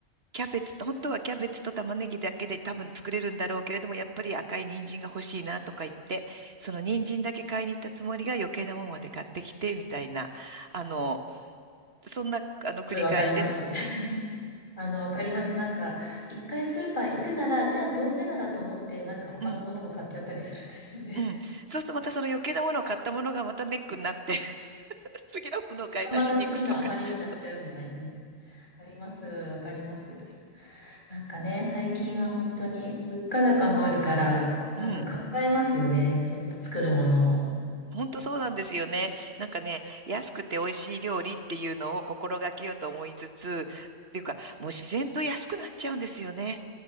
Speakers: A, on the right; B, on the left.
A: キャベツと、本当はキャベツと玉ねぎだけで多分作れるんだろうけれども、やっぱり赤い人参が欲しいなとか言って、その人参だけ買いに行ったつもりが余計なもんまで買ってきて、みたいな、あの、そんな、
B: <laughs>
A: あの、繰り返してです。
B: すごいわかります、それ。あの、わかります。なんか、一回スーパー行くなら、じゃあどうせならと思って、なんか他のものも買っちゃったりするんですよね。
A: うん。うん。そうするとまたその余計なものを買ったものがまたネックになって <laughs> 次のものを買い足しに行くとか。
B: <laughs> また次の余りになっちゃうみたいなね。
A: そ
B: わかります、わかります。なんかね、最近は本当に物価高もあるから、なんか考えますよね。
A: ううん。
B: ちょっと作るものも。
A: 本当そうなんですよね。なんかね、安くて美味しい料理っていうのを心がけようと思いつつ、っていうか、もう自然と安くなっちゃうんですよね。